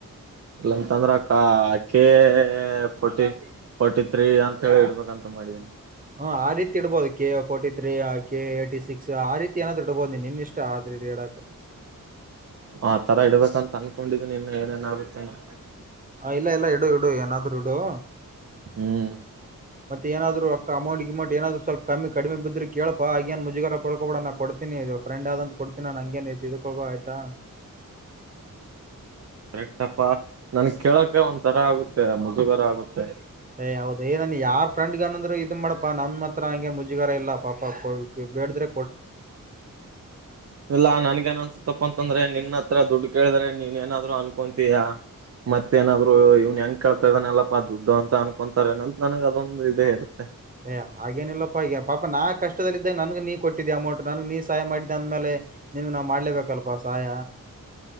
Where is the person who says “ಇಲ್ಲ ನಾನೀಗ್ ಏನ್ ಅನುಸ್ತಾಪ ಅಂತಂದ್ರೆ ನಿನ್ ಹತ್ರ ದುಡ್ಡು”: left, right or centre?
Right